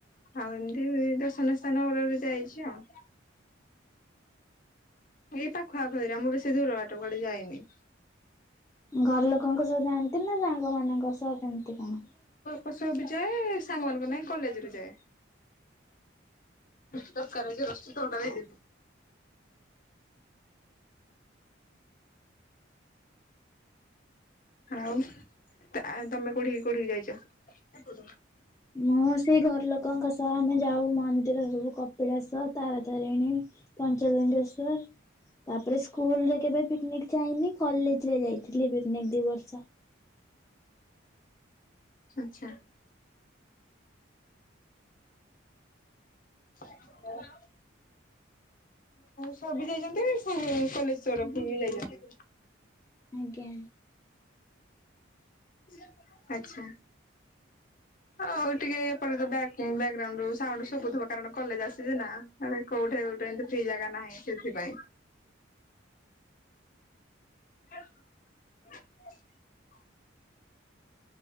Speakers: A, on the left; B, on the left.
A: ଆଉ ଏମତି ଦର୍ଶନିୟ ସ୍ଥାନ ଗୋଟେ ଯାଇଛି ଆଉ। ଏଇ ପାଖଆଖରେ ମୁଁ ବେଶୀ ଦୂର ବାଟ କୁଆଡେ ଯାଇନି।
B: ଘର ଲୋକଙ୍କ ସହ ଜାଆନ୍ତି ନା ଶାଙ୍ଗ ମାନଙ୍କ ସହ କେମତି କଣ?
A: ପଶୁ ବି ଯାଏ ସାଙ୍ଗ ମାନଙ୍କ ନାଇଁ କଲେଜ ରୁ ଯାଏ। <unintelligible> ଆଉ ତଟତମେ କୋଉଠି କୋଉଠିିକି ଯାଇଛ?
B: ମୁଁ ସେଇ ଘରଲୋକଙ୍କ ସହ ଆମେ ଯାଉ ମନ୍ଦିର ସବୁ କପିଳାସ ତାରାତାରିଣୀ। ପଞ୍ଚଲିଙ୍ଗେଶ୍ଵର ତାପରେ ସ୍କୁଲ ରେ କେବେ ପିକନିକ ଯାଇନି କଲେଜ ରେ ଯାଇଥିଲି ପିକ୍ନିକ୍ ଦିଇ ବର୍ଷ।
A: ଆଛା। <unintelligible> ସବ ଯାଇଛନ୍ତି ସବୁ କଲେଜ ତରଫରୁ ବି ଯାଇଛନ୍ତି।
B: ଆଜ୍ଞା।
A: <unintelligible> ଆଚ୍ଛା। ଆଉ ଟିକେ ଏପଟବ୍ୟାଗ୍ ବ୍ଯାଗ୍ରାଉଣ୍ଡ ରୁ ସାଉଣ୍ଡ ସୁବୁ ଥିବ କାରଣ କଲେଜ ଆସିଛି ନା। ହାଡେ କୋଉଠି ଗୋଟେ ଏମତିି ଫ୍ରି ଜାଗା ନାହିଁ ସେଥିପା ଇଁ। <inaudible>